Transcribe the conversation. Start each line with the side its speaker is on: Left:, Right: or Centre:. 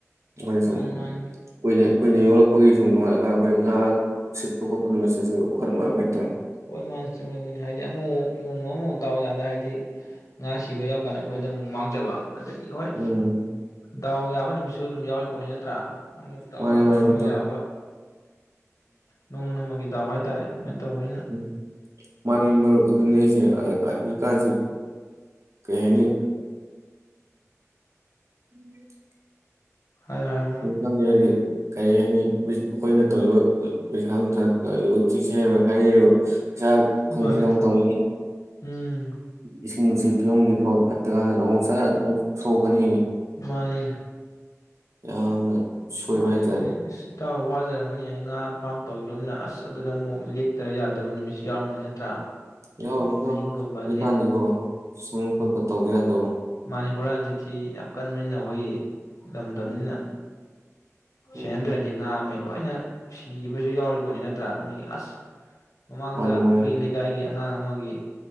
Right: ꯑꯈꯣꯏ
Left: ꯃꯥꯅꯤ
Right: ꯁꯨꯝ
Left: ꯃꯥꯅꯤ
Right: ꯀꯨꯏꯅꯩ ꯀꯨꯏꯅ ꯌꯣꯛꯂꯛꯄꯒꯤ ꯁꯨꯝ ꯅꯨꯡꯉꯥꯏꯔꯀꯥꯟꯗ ꯑꯈꯣꯏꯅ ꯉꯥ ꯁꯤꯠꯄ ꯈꯣꯠꯄ ꯅꯨꯃꯤꯠꯁꯦꯁꯨ ꯋꯥꯈꯜ ꯅꯨꯡꯉꯥꯏꯕ ꯍꯥꯏꯇꯥꯔꯦ
Left: ꯍꯣꯏ ꯃꯥꯅꯦ ꯆꯨꯝꯃꯦ ꯑꯗꯨꯅꯤ ꯍꯥꯏꯗꯤ ꯑꯃ ꯃꯨꯛ ꯅꯣꯡꯃ ꯑꯃꯃꯨꯛ ꯗꯥꯎ ꯌꯥꯗ ꯍꯥꯏꯗꯤ ꯉꯥ ꯁꯤꯕ ꯌꯥꯎꯀꯥꯟꯗ ꯑꯈꯣꯏꯗ ꯑꯃꯨꯛ ꯃꯥꯡꯖꯕ ꯑꯗꯒꯤ ꯍꯣꯏ
Right: ꯎꯝ
Left: ꯗꯥꯎ ꯌꯥꯕ ꯅꯨꯃꯤꯠꯁꯨ ꯑꯗꯨꯝ ꯌꯥꯎꯔꯤꯄꯣꯠꯅꯤ ꯅꯠꯇ꯭ꯔꯥ ꯑꯃꯨꯛ ꯗꯥꯎ
Right: ꯃꯥꯅꯤ
Left: ꯌꯥꯗꯕ
Right: ꯃꯥꯅꯤ
Left: ꯑꯃꯨꯛ
Right: ꯃꯇꯥꯎ
Left: ꯌꯥꯕ ꯅꯣꯡꯃ ꯅꯣꯡꯃꯒꯤ ꯗꯥꯎ ꯍꯥꯏꯇꯥꯔꯦ ꯑꯗꯨꯃꯥꯏꯅ ꯇꯧꯕꯅꯤꯅ
Right: ꯎꯝ ꯃꯥꯅꯤ ꯃꯔꯨꯞ ꯑꯗꯨꯅꯤꯖꯦ ꯍ ꯕꯥꯏ ꯍꯧꯖꯤꯛꯀꯥꯟꯖꯤ ꯀꯩ ꯍꯥꯏꯅꯤ <unintelligible>
Left: ꯍꯥꯏꯌꯨ ꯍꯥꯏꯌꯨ ꯃꯔꯨꯞ
Right: <unintelligible> ꯀꯔꯤ ꯍꯥꯏꯅꯤ ꯑꯈꯣꯏꯅ ꯇꯧꯔꯤꯕ ꯄꯩꯁꯥ ꯅꯨꯡꯁꯥ ꯇꯥꯜꯂꯤꯕ <unintelligible> ꯍꯥꯏꯔꯛꯑꯦꯕ ꯄꯩꯁꯥ ꯐꯪꯅꯤꯗꯧ
Left: ꯃꯥꯅꯤ
Right: ꯇꯧꯅꯤ
Left: ꯎꯝ
Right: ꯏꯁꯤꯡ ꯅꯨꯡꯁꯤꯠ ꯐꯤꯕꯝꯒꯤ ꯐꯥꯎ ꯐꯠꯇ ꯀꯥꯟꯗ ꯂꯣꯡꯁꯔ ꯁꯣꯛꯀꯅꯤ
Left: ꯃꯥꯅꯤ
Right: ꯌꯥꯝꯅ ꯁꯣꯏꯕ
Left: ꯃꯥꯅꯦ
Right: ꯍꯥꯏꯇꯥꯔꯦ
Left: ꯑꯗꯨꯅꯤ ꯏꯇꯥꯎ ꯋꯥꯖꯔꯝꯃꯅꯤ ꯑꯩꯅ ꯉꯥ ꯐꯥꯝ ꯇꯧꯖꯤꯜꯂꯨꯕꯅꯤꯅ ꯑꯁ ꯑꯗꯨꯗ ꯑꯃꯨꯛ ꯂꯦꯛꯇ ꯌꯥꯗꯕ ꯅꯨꯃꯤꯠꯁꯨ ꯌꯥꯎꯔꯝꯒꯅꯤ ꯅꯠꯇ꯭ꯔꯥ
Right: ꯌꯥꯎꯏ ꯏꯇꯥꯎ
Left: ꯑꯍꯤꯡꯒꯨꯝꯕ
Right: ꯍꯧꯖꯤꯀꯥꯟꯗꯤꯀꯣ ꯁꯨꯝ ꯈꯣꯠꯄ ꯇꯧꯗ ꯌꯥꯗ
Left: ꯃꯥꯅꯤ ꯍꯨꯔꯥꯟ ꯆꯤꯟꯊꯤ ꯌꯥꯝ ꯀꯟꯕꯅꯤꯅ ꯑꯈꯣꯏꯒꯤ ꯂꯝꯗꯝꯅꯤꯅ
Right: ꯎꯝ ꯎꯝ
Left: ꯁꯦꯟꯅꯗ꯭ꯔꯗꯤ ꯉꯥ ꯃ ꯂꯣꯏꯅ ꯁꯤꯈꯤꯕꯁꯨ ꯌꯥꯎꯔꯤ ꯄꯣꯠꯅꯤ ꯅꯠꯇ꯭ꯔꯥ ꯃꯤꯒꯤ ꯑꯁ ꯃꯃꯥꯡꯗ
Right: ꯃꯥꯅꯤ ꯃꯥꯅꯤ
Left: ꯈꯣꯏ ꯂꯩꯀꯥꯏꯒꯤ ꯑꯉꯥꯡ ꯑꯃꯒꯤ